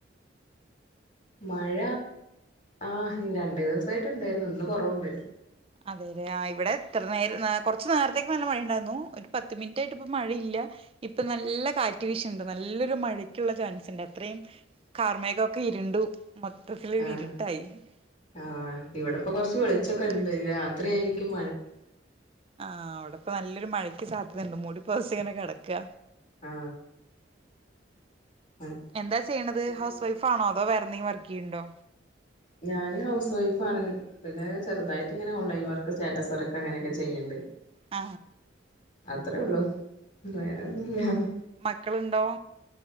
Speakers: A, on the left (about 40°); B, on the right (about 30°).
A: മഴ ആ ഇ രണ്ടു ദിവസായിട്ട് ഇണ്ടായിരുന്നു ഇന്ന് കൊറവ്ണ്ട്
B: അതേലെ ആ ഇവിടെ ഇത്രനേര ന്നാകുറച്ച് ച്ചു വേർത്തക്ക് നല്ല മഴയുണ്ടായിരുന്നു ഒരു പത്ത് മിനിറ്റായിട്ട് ഇപ്പം മഴയില്ല ഇപ്പൊ നല്ല കാറ്റ് വിശ്ണ്ട് നല്ല ഇതൊരു രു മഴയ്ക്കുള്ള ചാൻസ് ഇണ്ട് അത്രേം കാർമേഘം ഒക്കെ ഇരുണ്ടു മൊത്തത്തിലൊര്
A: ആഹ്
B: ഇരുട്ടായി ആ
A: ആഹ് ഇവിടെപ്പോ കൊറച്ച്
B: ഇവിടെപ്പം
A: വെളിച്ചൊക്കെ
B: കൊറച്ച്
A: ഇണ്ട്
B: ച്ചൊക്കെണ്ട്
A: രാത്രി ആയിരിക്കും
B: രാത്രിയായിരിക്കും മഴ ആഹ അവടെപ്പം നല്ലൊരു മഴയ്ക്ക് സാധ്യതയുണ്ട് മൂടിപ്പൊതച്ചിങ്ങനെ കെടക്കാ
A: ആ ആ
B: എന്താ ചെയ്യ്ണത് ഹൗസ് വൈഫാ ണോ അതോ വേറെന്തെങ്കിലും വർക്കു ചെയ്യ്ണ്ടോ
A: ഞാന് ഹൗസ് വൈഫാണ് പിന്നെ ചെറ്തായിട്ടിങ്ങനെ ഓൺലൈൻ വർക്ക് സ്റ്റാറ്റസ് വർക്ക് അങ്ങനേ യൊക്കെ ചെയ്യിണ്ട്
B: ആ
A: അത്രേ ഒള്ളു വേറൊന്നും ഇല്ലാഹ്
B: മക്കളുണ്ടോ